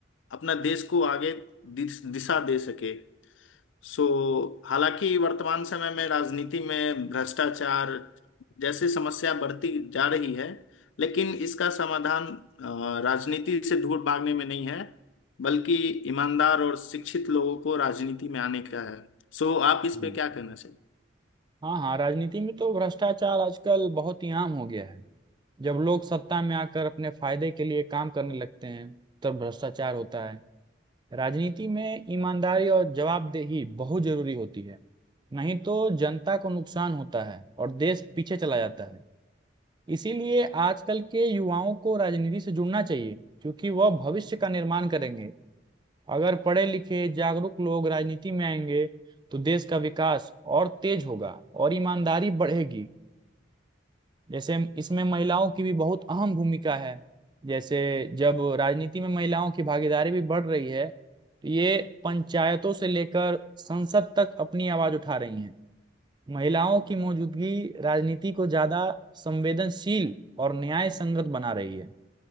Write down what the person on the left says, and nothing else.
अपना देश को आगे दिस- दिशा दे सके सो हालांकि वर्तमान समय में राजनीति में भ्रष्टाचार जैसी समस्या बढ़ती जा रही है लेकिन इसका समाधान अ, राजनीति से दूर भागने में नहीं है बल्कि ईमानदार और शिक्षित लोगों को राजनीति में आने का है सो आप इस
पे क्या कहना चाहेंगे